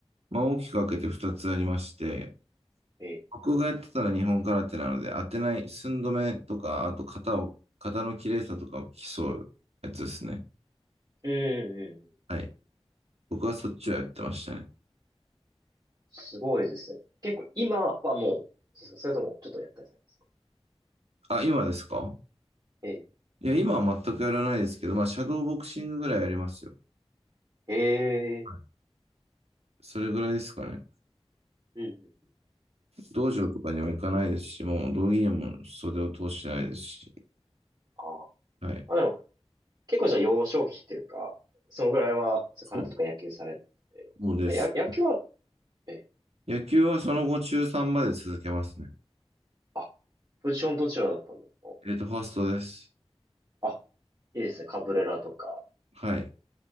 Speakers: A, on the right; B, on the right.
A: まあ大きく分けて二つありまして、
B: てええ。
A: 僕がやってたら日本空手なので、当てない、寸止めとか、あと型を、型の綺麗さとかを競うやつですね。
B: うんうんうん。
A: はい。僕はそっちをやってましたね。
B: すごいですね。結構今はもう、そうですかそれともちょっとやったりされますか
A: あ、今ですか
B: ええ。
A: いや、今は全くやらないですけど、まあ、シャドーボクシングぐらいやりますよ。
B: え
A: はい
B: え。
A: それぐらいですかね。
B: うんうんうん。
A: 道場とかにも行かないですし、もう道着にも袖を通してないですし。
B: ああ。
A: はい。
B: まあでも、結構じゃあ幼少期っていうか、そのぐらいは、そう空手とか野球されて
A: そう。もうです。
B: て、や、野球は、え、
A: 野球はその後中3まで続けますね。
B: あ、ポジションどちらだったんですか
A: えっと、ファーストです。
B: あ、いいですね、カブレラとか。
A: はい。